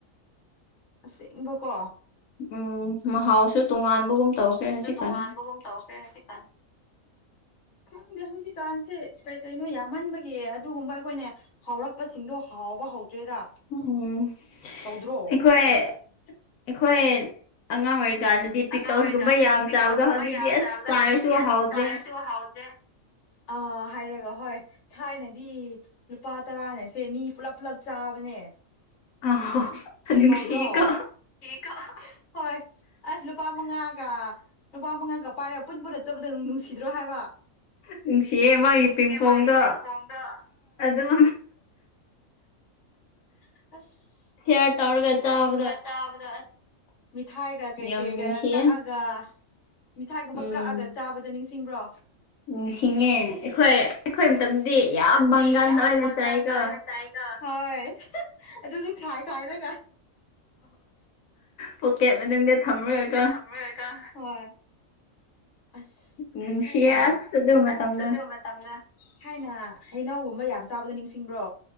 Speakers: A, on the left; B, on the left.
A: ꯑꯁꯦꯡꯕꯀꯣ
B: ꯎꯝ ꯃꯍꯥꯎꯁꯨ ꯇꯣꯉꯥꯟꯕꯒꯨꯝ ꯇꯧꯈ꯭ꯔꯦ ꯍꯧꯖꯤꯛꯀꯥꯟ
A: ꯇꯣꯉꯥꯟꯕꯒꯨꯝ ꯇꯧꯈ꯭ꯔꯦ ꯍꯧꯖꯤꯛꯀꯥꯟ ꯈꯪꯗꯦ ꯍꯧꯖꯤꯛꯀꯥꯟꯁꯦ ꯀꯩ ꯀꯩꯅꯣ ꯌꯥꯝꯃꯟꯕꯒꯤ ꯑꯗꯨꯒꯨꯝꯕ ꯑꯩꯈꯣꯏꯅꯦ ꯍꯧꯔꯛꯄꯁꯤꯡꯗꯣ ꯍꯥꯎꯕ ꯍꯧꯗ꯭ꯔꯦꯗ
B: ꯎꯝ
A: ꯇꯧꯗ꯭ꯔꯣ
B: ꯑꯩꯈꯣꯏ ꯑꯩꯈꯣꯏ ꯑꯉꯥꯡ ꯑꯣꯏꯔꯤꯀꯥꯟꯗꯗꯤ ꯄꯤꯀꯜꯁꯀꯨꯝꯕ
A: ꯑꯉꯥꯡ ꯑꯣꯏꯔꯤꯀꯥꯟꯗꯗꯤ
B: ꯌꯥꯝ
A: ꯄꯤꯀꯜꯁꯀꯨꯝꯕ
B: ꯆꯥꯕꯗꯣ ꯍꯧꯖꯤꯛꯇꯤ
A: ꯌꯥꯝ
B: ꯑꯁ
A: ꯆꯥꯕꯗꯣ
B: ꯆꯥꯔꯁꯨ
A: ꯍꯧꯖꯤꯛꯇꯤ ꯑꯁ
B: ꯍꯥꯎꯗ꯭ꯔꯦ
A: ꯆꯥꯔꯁꯨ ꯍꯥꯎꯗ꯭ꯔꯦ ꯑꯥ ꯍꯥꯏꯔꯒ ꯍꯣꯏ ꯊꯥꯏꯅꯗꯤ ꯂꯨꯄꯥ ꯇꯔꯥꯅꯦꯁꯦ ꯃꯤ ꯄꯨꯂꯞ ꯄꯨꯂꯞ ꯆꯥꯕꯅꯦ
B: <unintelligible> ꯅꯨꯡꯁꯤꯀꯣ
A: ꯇꯧꯗ꯭ꯔꯣ <unintelligible> ꯍꯣꯏ ꯑꯁ ꯂꯨꯄꯥ ꯃꯉꯥ ꯀ ꯂꯨꯄꯥ ꯃꯉꯥꯒ ꯄꯥꯏꯔ ꯄꯨꯟ ꯄꯨꯟꯅ ꯆꯠꯄꯗꯣ ꯅꯨꯡꯁꯤꯗ꯭ꯔꯣ ꯍꯥꯏꯕ
B: ꯅꯨꯡꯁꯤꯌꯦ ꯃꯥꯒꯤ ꯄꯤꯡꯄꯣꯡꯗꯣ
A: ꯑꯦ ꯃꯥꯒꯤ ꯄꯤꯡꯄꯣꯡꯗꯣ
B: ꯑꯗꯨꯝ
A: ꯑꯁ
B: ꯁꯤꯑꯔ ꯇꯧꯔꯒ ꯆꯥꯎ
A: ꯁꯤꯑꯔ ꯇꯧꯔꯑ ꯆꯥꯕꯗ ꯑꯁ ꯃꯤꯊꯥꯏꯒ ꯀꯩ
B: ꯌꯥꯝ
A: ꯀꯩꯒ
B: ꯅꯨꯡꯁꯤꯌꯦ
A: ꯀꯛꯑꯒ ꯃꯤꯊꯥꯏꯒꯨꯝꯕ
B: ꯎꯝ
A: ꯀꯛꯑꯒ ꯆꯥꯕꯗꯣ ꯅꯤꯡꯁꯤꯡꯕ꯭ꯔꯣ
B: ꯅꯤꯡꯁꯤꯡꯉꯦ ꯑꯩꯈꯣꯏ ꯑꯩꯈꯣꯏ ꯃꯇꯝꯗꯗꯤ
A: ꯃꯇꯝꯗꯤ
B: ꯌꯥꯝ ꯃꯪꯒꯜ
A: ꯌꯥꯝ
B: ꯑꯣꯏꯅ
A: ꯃꯪꯒꯟ
B: ꯆꯥꯏꯀꯣ
A: ꯑꯣꯏꯅ ꯆꯥꯏꯀꯣ ꯍꯣꯏ ꯑꯗꯁꯨꯨ ꯈꯥꯏ ꯈꯥꯏꯔꯒ
B: ꯄꯣꯀꯦꯠ ꯃꯅꯨꯡꯗ ꯊꯝꯔꯒ
A: ꯊꯝꯔꯒꯀꯣ ꯍꯣꯏ ꯑꯁ
B: ꯅꯨꯡꯁꯤꯌꯦ
A: ꯊꯥꯏꯅ
B: ꯑꯁ ꯑꯗꯨ ꯃꯇꯝꯗꯣ
A: ꯑꯁ ꯑꯗꯨ ꯃꯇꯝꯗ ꯊꯥꯏꯅ ꯍꯩꯅꯧꯒꯨꯝꯕ ꯌꯥꯝ ꯆꯥꯕꯗꯣ ꯅꯤꯡꯁꯤꯡꯕ꯭ꯔꯣ